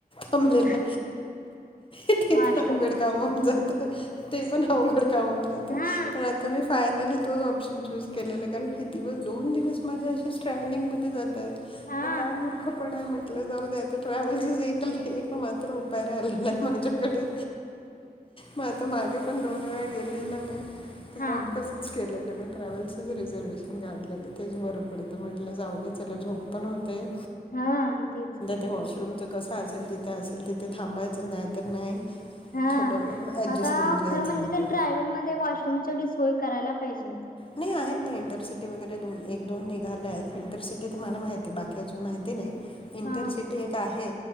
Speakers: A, on the left; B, on the left.
A: थांबलेला.
B: म
A: ते
B: वॉशरूम
A: पण अवकड काम होन जात. ते पण अवघड कामावून जातं
B: हा
A: पण आता मी फायनली तोच ऑप्शन चूज केलं कारण हे दिवस दोन दिवस माझ्या अशीच ट्रॅव्हलिंग मध्ये जातात
B: हा
A: मग काय मूर् दुःखपण आहे म्हटलं जाऊ द्या तर ट्रॅव्हलस एक मात्र उपाय राहिलेला आहे माझ्याकडे मग आता मागे पण दोन वेळा गेली ना मी तर
B: हा
A: मग तस. केलेलं मी ट्रॅव्हल्लचचे जे रिझर्ववेशन काढलेले तेच बरं पडतं म्हटलं जाऊ. चला झोप पण होते
B: हा तेच की
A: ते वॉशरूमच कस असेल जिथे असेल तिथे थांबायचं नाही तर नाही.
B: हा
A: थोडं ॲडजस्ट
B: आता
A: करून घ्यायचं
B: खरं म्हणजे
A: म्हटलं
B: त्यां टड्रायव्हल मध्ये वॉशरूमवढी सोय करायला पाहिजे आता
A: नाही आहेत ना इंटरसिटी वगैरे दोन एक दोन निघाले आहेत इंटरसिटी तर मला माहिती आहे बाकी अजून माहिती नाही. इंटरसिटी
B: हां
A: एक आहे